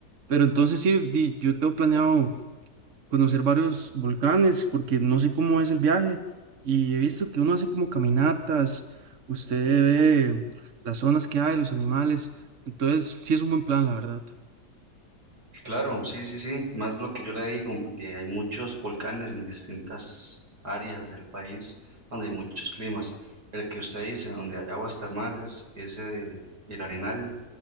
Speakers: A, on the right (about 50°); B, on the right (about 85°).
A: Pero entonces sí, di- yo tengo planeado conocer varios volcanes, porque no sé cómo es el viaje y he visto que uno hace como caminatas, usted ve las zonas que hay, los animales, entonces sí es un buen plan, la verdad,
B: Claro, sí, sí, sí, más lo que yo le digo, de- hay muchos volcanes en distintas áreas del país donde hay muchos climas. El que usted dice, donde hay aguas termales, ese de El Arenal